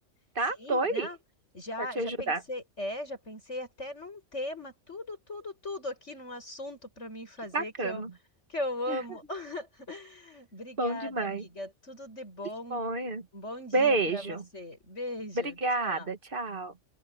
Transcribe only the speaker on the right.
tá? Tô aí
pra te
ajudar.
Que bacana.
<laughs>
Bom demais.
Disponha.
Beijo.
Obrigada.
Tchau.